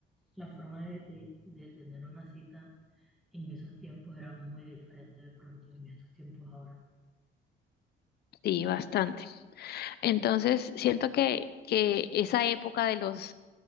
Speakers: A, in the centre; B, on the left.
A: la forma de, de- de tener una cita en esos tiempos era muy diferente de pronto en estos tiempos ahora.
B: sí, bastante. Entonces, siento que, que esa época de los